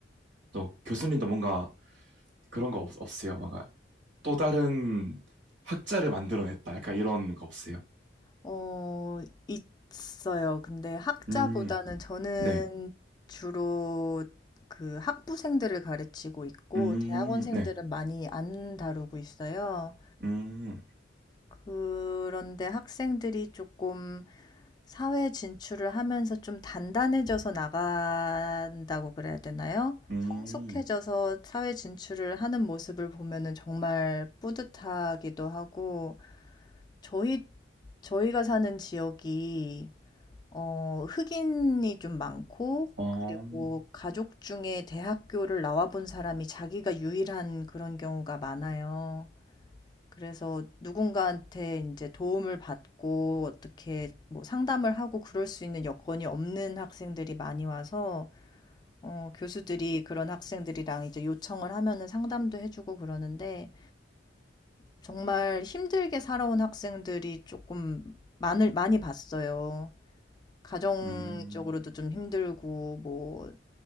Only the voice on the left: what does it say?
어 있어요. 근데 학자보다는
저는
주로 그 학부생들을 가르치고 있고
대학원생들은
많이 안 다루고 있어요.
그런데 학생들이 조금 사회 진출을 하면서 좀 단단해져서 나간다고 그래야 되나요?
성숙해져서 사회 진출을 하는 모습을 보면은 정말 뿌듯하기도 하고, 저희, 저희가 사는 지역이, 어, 흑인이 좀 많고,
그리고 가족 중에 대학교를 나와본 사람이 자기가 유일한 그런 경우가 많아요. 그래서 누군가한테 이제 도움을 받고 어떻게 뭐 상담을 하고 그럴 수 있는 여건이 없는 학생들이 많이 와서 어, 교수들이 그런 학생들이랑 이제 요청을 하면은 상담도 해주고 그러는데 정말 힘들게 살아온 학생들이 조금 많을 많이 봤어요. 가정적으로도
좀 힘들고 뭐